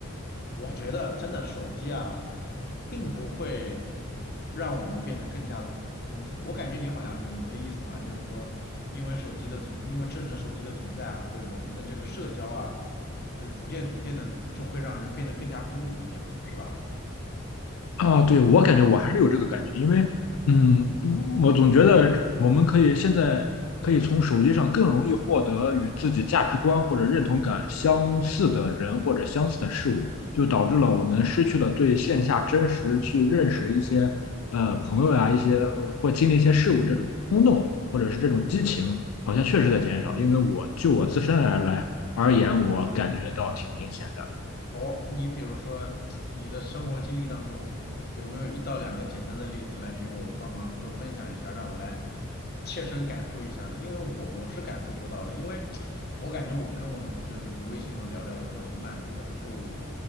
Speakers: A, on the left (about 45°); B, on the left (about 75°).
A: 我觉得真的手机啊，并不会让我们变得更加的孤独。我感觉你好像你的意思好像就是说，因为手机的存，因为智能手机的存在啊，就我们的这个社交啊，就逐渐逐渐的就会让人变得更加孤独一样，是吧？
B: 啊，对，我感觉我还是有这个感觉，因为，嗯，嗯我总觉得我们可以现在可以从手机上更容易获得与自己价值观或者认同感相似的人或者相似的事物，就导致了我们失去了对线下真实去认识一些呃朋友呀、一些呃或经历一些事物这种冲动或者是这种激情，好像确实在减少。
A: 哦，
B: 因为我就我自身而来而言，我感觉到挺明显的。
A: 哦，你比如说你的生活经历当中，有没有一到两个简单的例子来给我帮忙就分享一下，让我来切身感受一下呢？因为我我是感受不到的，因为我感觉我跟我的朋友就是微信上聊聊，我就很满足了，就